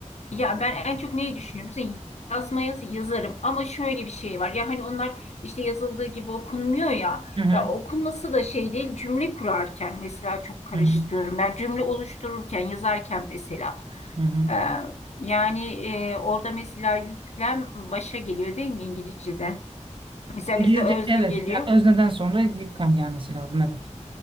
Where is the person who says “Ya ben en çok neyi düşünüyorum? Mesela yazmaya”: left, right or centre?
Left